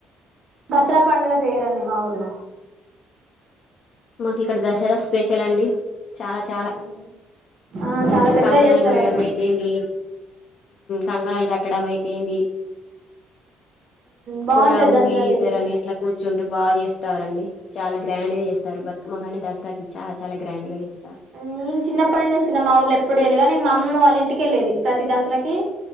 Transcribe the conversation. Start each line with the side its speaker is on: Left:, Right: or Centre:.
Right: దసరా పండుగ చేయరండి మా ఊర్లో
Left: మాకు ఇక్కడ దసరా స్పెషల్ అండి చాలా చాలా
Right: ఉమ్ ఆ చాలా పెద్ద
Left: కంకణాలు
Right: చేస్తారు
Left: పోయడం అయితేంది కంకణాలు కట్టడం అయితేంది
Right: బాగుంటది
Left: కులంకి
Right: దసరా
Left: ఇద్దరు
Right: చేసిన
Left: అని ఎట్లా కూర్చుంటే బాగా చేస్తారుండి చాలా గ్రాండ్ గా చేస్తారు బ మాకండి దసరాకి చాలా చాలా గ్రాండ్ గా చేస్తారు
Right: నేను చిన్నపాటి నుంచి చూసిన మా ఊర్ళ ఇప్పుడు వెళగా నేను మా అమ్మమ్మ వాళ్ళ ఇంటికిెళ్ళేది ప్రతి దసరాకి